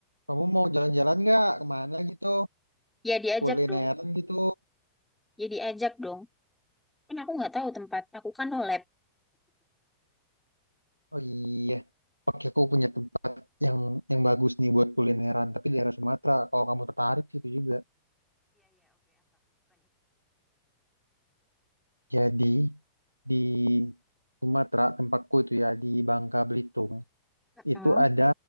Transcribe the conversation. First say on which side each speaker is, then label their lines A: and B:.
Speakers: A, on the right; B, in the centre.
A: Kamu mau jalan-jalan nggak kemana gitu?
B: Ya diajak
A: Kulineran
B: dong,
A: gitu.
B: ya diajak dong. Kan aku nggak tahu tempat, aku kan no lab.
A: Oh iya, oke aku punya tempat yang yang bagus nih buat kulineran, tapi di daerah Sumatera. Kalau kamu tertarik situ juga. Jadi di Sumatera tempatku itu ya di Bangka Belitung
B: Heeh.
A: itu ada